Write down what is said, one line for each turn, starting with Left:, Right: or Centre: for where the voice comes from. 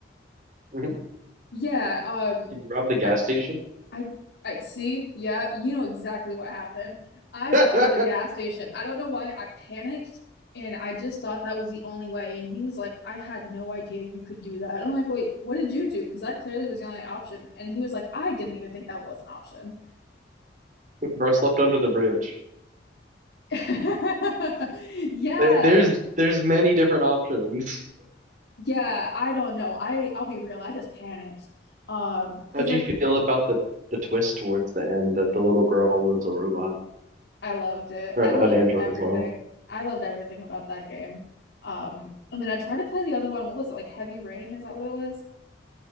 Right: Mm-hmm.
Left: Yeah, um
Right: Did you rob the gas
Left: I,
Right: station?
Left: I I see. Yeah, you know exactly what happened. I
Right: <laughs>
Left: robbed the gas station. I don't know why I panicked and I just thought that was the only way and he was like, "I had no idea you could do that." And I'm like, "Wait, what did you do?" Because that clearly was the only option. And he was like, "I didn't even think that was an option."
Right: Bro slept under the bridge.
Left: <laughs> Yeah.
Right: There- There's there's many different options.
Left: Yeah, I don't know. I I'll be real. I just panicked. Um, because
Right: How'd
Left: like
Right: you feel about the the twist towards the end that the little girl was a robot
Left: I loved it.
Right: or
Left: I
Right: an,
Left: loved
Right: an android
Left: everything.
Right: as well?
Left: I loved everything about that game. Um, I mean, I tried to play the other one. What was it? Like Heavy Rain? Is that what it was?